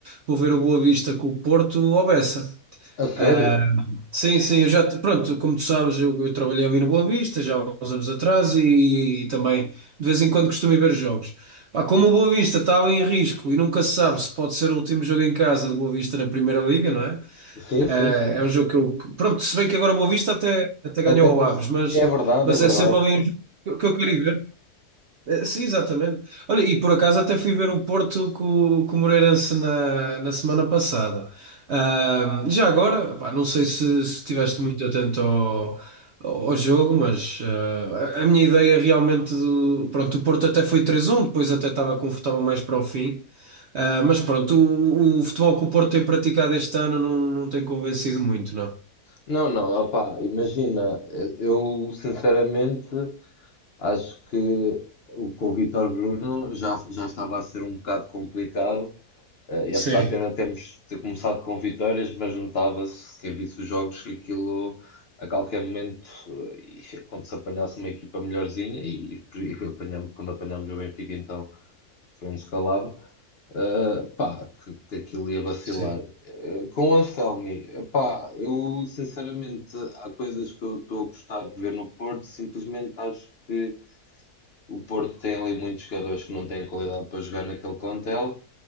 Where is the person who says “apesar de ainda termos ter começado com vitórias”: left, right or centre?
Left